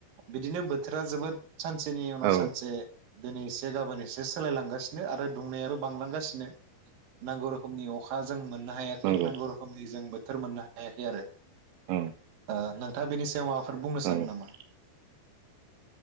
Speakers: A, on the right; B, on the right.
A: बिदिनो बोथोरा जोबोद सानसेनि उनाव
B: औ
A: सानसे दिनै एसे गाबोन एसे सोलायलांगासिनो आरो दुंनायाबो बांलांगासिनो नांगौ रोखोमनि अखा जों मोन हायाखै
B: नंगौ
A: नांगौ रोखोमनि जोंबो बोथोर मोननो हायाखै आरो
B: औ
A: ओ नों थाङा बेनि सायावाव माबा फोर बुंनो
B: औ
A: सानो नामा